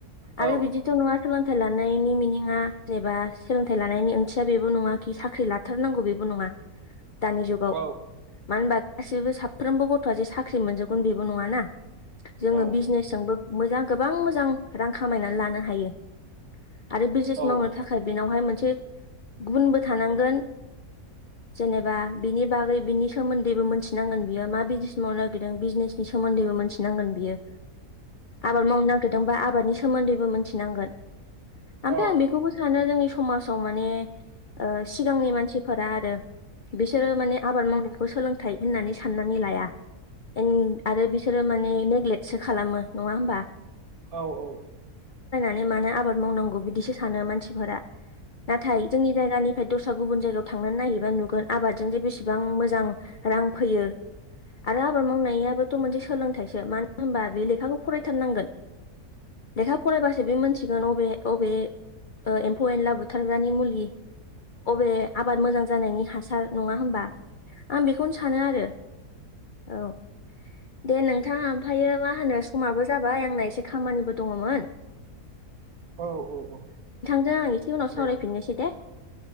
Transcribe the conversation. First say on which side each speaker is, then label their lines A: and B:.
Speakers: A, on the right (about 70°); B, on the left (about 70°).
A: औ
B: आरो बिदिथ' नङा सोलोंथाइ लानायनि मिनिङा जेनबा सो लोंथाय लानायनि ओंथिया बेबो नङा खि साख्रि लाथारनांगौ बेबो नङा। दानि जुगाव
A: औ
B: मानो होनबा गासैबो साफ्रोमबो गथ'आ जे साख्रि मोनजोबगोन बेबो नङाना जोङो
A: औ
B: बिजनेसजोंबो मोजां गोबां मोजां रां खामायनानै लानो हायो। आरो बिजनेस
A: औ
B: मावनो थाखाय बेनावहाय मोनसे गुनबो थानांगोन। जेनेबा बिनि बागै बिनि सोमोन्दैबो मोनथिनांगोन बियो मा बिजनेस मावनो नागिरदों बिजनेसनि सोमोन्दैबो मोनथिनांगोन बियो आबाद मावनो नागिरदोंबा आबादनि सोमोन्दैबो मोनथिनांगोन।
A: औ
B: ओमफाय आं बेखौबो सानो जोंनि समाजाव माने ओ सिगांनि मानसिफोरा आरो बिसोरो माने आबाद मावनायखौ सोलोंथाइ होननानै साननानै लाया। एन आरो बिसोरो माने नेग्लेक्सो खालामो नङा होमबा
A: औ औ
B: नोंलाय मानो आबाद मावनांगौ बिदिसो सानो मानसिफोरा नाथाय जोंनि जायगानि फ्राय दस्रा गुबुन जायगायाव थांनानै नायहैबा नुगोन आबादजों जे बेसेबां मोजां रां फैयो। आरो आबाद मावनायाबोथ' मोनसे सोलोंथाइसो मानो होनबा बे लेखाखौ फरायथारनांगोन। लेखा फरायबासो बे मोनथिगोन अबे अबे ओ ए म्फौ एनला बुथारग्रानि मुलि अबे आबाद मोजां जानायनि हासार नङा होमबा आं बेखौनो सानो आरो औ दे नों थां ओमफ्रायो मा होनो समाबो जाबाय आंना एसे खामानिबो दङमोन।
A: औ औ औ
B: जों आं इसे उनाव
A: दे
B: सावरायफिननोसै दे